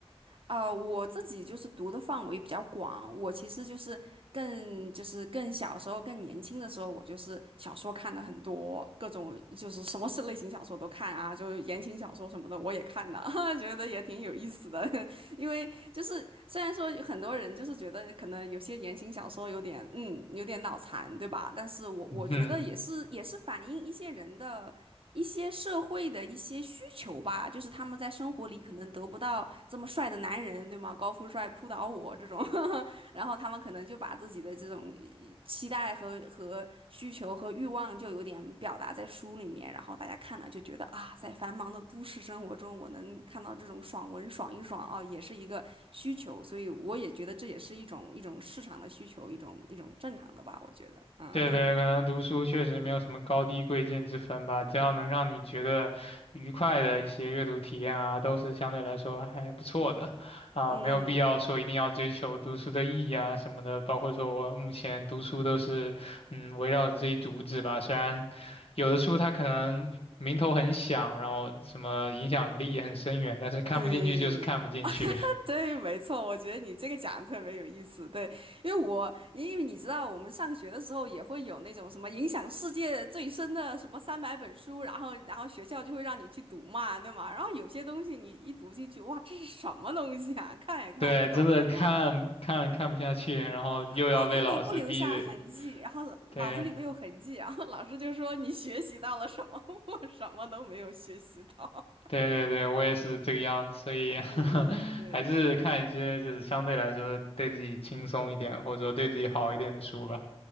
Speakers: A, on the right; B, on the left.
A: 啊、我自己就是读的范围比较广，我其实就是更就是更小时候、更年轻的时候，我就是小说看的很多，各种就是什么是类型小说都看啊，就是言情小说什么的我也看了，<laughs> 觉得也挺有意思的。<laughs> 因为就是虽然说很多人就是觉得可能有些言情小说有点嗯有点脑残，对吧？但是我我觉得也是也是反映一些人的一些社会的一些需求吧，
B: 嗯
A: 就是他们在生活里可能得不到这么帅的男人，对吗？高富帅扑倒我这种，<laughs> 然后他们可能就把自己的这种呃期待和和需求和欲望就有点表达在书里面，然后大家看了就觉得啊，在繁忙的都市生活中，我能看到这种爽文爽一爽啊，也是一个需求，所以我也觉得这也是一种一种市场的需求，一种一种正常的吧，我觉得，嗯嗯。
B: 对对，可能读书确实没有什么高低贵贱之分吧，只要能让你觉得愉快的一些阅读体验啊，都是相对来说还不错的，啊，
A: <laughs>
B: 没有必要说一定要追求读书的意义啊什么的。包括说我目前读书都是，嗯，围绕着这一主旨吧。虽然有的书它可能名头很响，然后什么影响力也很深远，但是看不进去就是看不进去。
A: 对，<laughs>
B: <laughs>
A: 对，没错，我觉得你这个讲的特别有意思。对，因为我因为你知道，我们上学的时候也会有那种什么影响世界最深的什么三百本书，然后然后学校就会让你去读嘛，对吗？然后有些东西你一读进去，哇，这是什么东西啊？<laughs> 看也看不懂，
B: 对，真的看看看不下去，
A: 对吗？
B: 然后又要被老师逼着，
A: 啊，脑脑子里不留下痕迹，然后脑脑子里没有痕迹，
B: 对。
A: 然后老师就说你学习到了什么？<laughs> 我什么都没有学习到。
B: 对对对，我也是这个样子，所以 <laughs>
A: <laughs> 对对对，
B: 还是看一些就是相对来说对自己轻松一点，或者说对自己好一点的书吧。